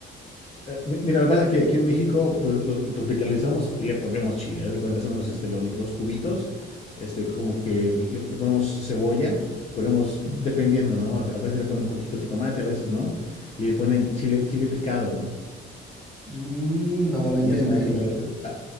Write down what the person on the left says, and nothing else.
Eh, mi- Mira, lo que pasa es que aquí en México pues, lo, lo tropicalizamos y le ponemos chile. Haz de cuenta, hacemos este, lo- lo- los cubitos, este, como que le, le ponemos cebolla, ponemos, dependiendo, ¿no? O sea, a veces le ponen un poquito de jitomate, a veces no, y le ponen chile, chile picado, ¿no?
Y hacen
ahí la, la- la-